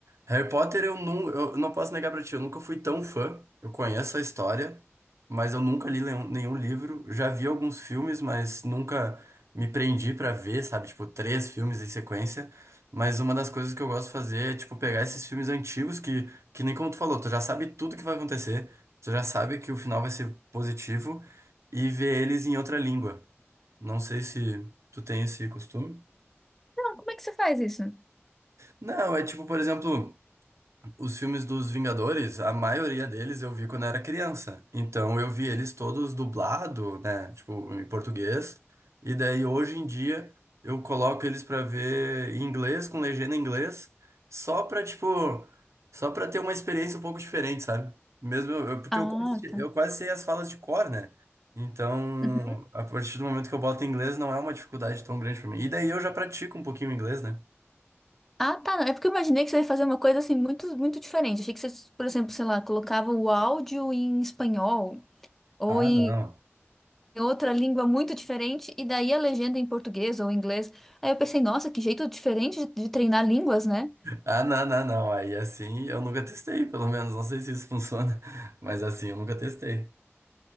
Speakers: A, on the right; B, in the centre.
A: Harry Potter, eu não, eu não posso negar pra ti, eu nunca fui tão fã. Eu conheço a história, mas eu nunca li nenhum, nenhum livro. Já vi alguns filmes, mas nunca me prendi pra ver, sabe? Tipo, três filmes em sequência. Mas uma das coisas que eu gosto de fazer é, tipo, pegar esses filmes antigos que, que nem como tu falou, tu já sabe tudo que vai acontecer, tu já sabe que o final vai ser positivo e ver eles em outra língua. Não sei se tu tem esse costume.
B: Não, como é que você faz isso?
A: Não, é tipo, por exemplo. Os filmes dos Vingadores, a maioria deles eu vi quando era criança. Então eu vi eles todos dublado, né? Tipo, em português. E daí hoje em dia eu coloco eles pra ver em inglês, com legenda em inglês, só pra, tipo, só pra ter uma experiência um pouco diferente, sabe? Mesmo eu, eu- porque
B: Ah,
A: eu quase,
B: tá.
A: eu quase sei as falas de cor, né? Então,
B: Uhum.
A: a partir do momento que eu boto em inglês, não é uma dificuldade tão grande pra mim. E daí eu já pratico um pouquinho o inglês, né?
B: Ah, tá. não. É porque eu imaginei que você ia fazer uma coisa assim muito, muito diferente. Achei que você, por exemplo, sei lá, colocava o áudio em espanhol ou
A: Ah,
B: em
A: não.
B: em outra língua muito diferente, e daí a legenda em português ou inglês. Aí eu pensei, nossa, que jeito diferente de, de treinar línguas, né?
A: Ah, não, não, não. Aí assim, eu nunca testei, pelo menos. Não sei se isso funciona, <laughs> mas assim, eu nunca testei.